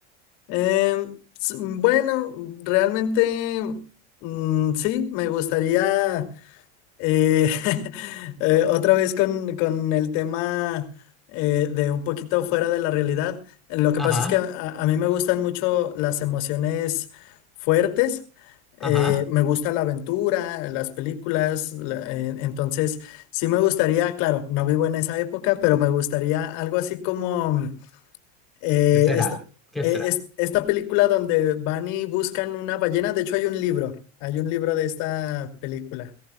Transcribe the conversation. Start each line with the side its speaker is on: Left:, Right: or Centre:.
Left: em, s- bueno, realmente, mm, sí, me gustaría Eh, <laughs> eh, otra vez con, con el tema eh, de un poquito fuera de la realidad. Lo que
Centre: Ajá,
Left: pasa es que a, a- a mí me gustan mucho las emociones fuertes.
Centre: ajá.
Left: eh, me gusta la aventura, las películas. la- eh, entonces, sí me gustaría, claro, no vivo en esa época, pero me gustaría algo así como eh,
Centre: ¿Qué será?
Left: esta,
Centre: ¿Qué
Left: eh,
Centre: será?
Left: es- esta película donde van y buscan una ballena. De hecho, hay un libro, hay un libro de esta película.